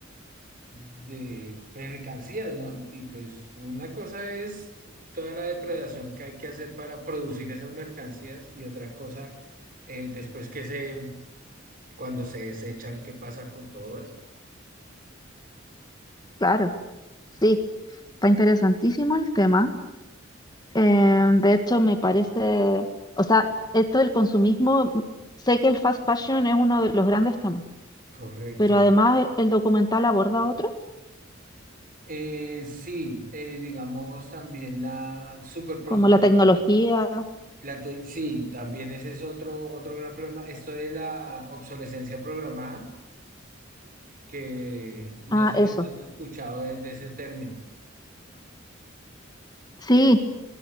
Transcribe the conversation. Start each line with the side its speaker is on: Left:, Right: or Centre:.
Right: de mercancías, ¿no? Y pues una cosa es toda la depredación que hay que hacer para producir esas mercancías y otra cosa, eh, después que se, cuando se desechan, ¿qué pasa con todo eso?
Left: claro. Sí, está interesantísimo el tema. Eh, de hecho, me parece, o sea, esto del consumismo, m- sé que el fast fashion es uno de los grandes temas,
Right: Correcto.
Left: pero además el, el documental aborda otros,
Right: Eh, sí, eh, digamos también la superproducción.
Left: como la tecnología,
Right: La te- sí, también ese es otro, otro gran problema. Esto de la obsolescencia programada, que no
Left: ah,
Right: sé si
Left: eso.
Right: has escuchado de de ese término.
Left: Sí,